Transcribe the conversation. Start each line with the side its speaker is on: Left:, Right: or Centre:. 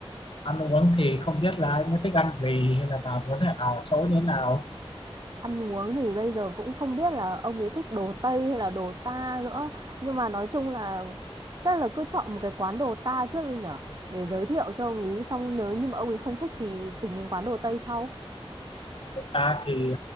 Left: ăn uống thì không biết là anh ấy thích ăn gì hay là bà muốn hẹn hò chỗ như thế nào
Right: Ăn uống thì bây giờ cũng không biết là ông ấy thích đồ Tây hay là đồ ta nữa. Nhưng mà nói chung là chắc là cứ chọn một cái quán đồ ta trước đi nhở. Để giới thiệu cho ông ấy xong nếu như mà ông ấy không thích thì tính đến quán đồ Tây sau.
Left: Bọn ta thì